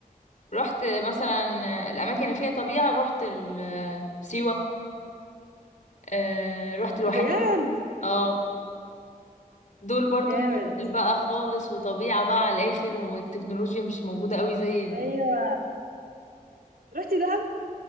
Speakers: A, on the left (about 55°); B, on the right (about 80°).
A: رحت مثلا آه، الاماكن اللي فيها طبيعة رحت ال- آه، سيوة آه، رحت الواحات
B: بجد
A: اه دول برضو
B: جامد
A: نزول بقى خالص وطبيعة بقى على الآخر والتكنولوجيا مش موجودة قوي زي
B: ايوه رحتي دهب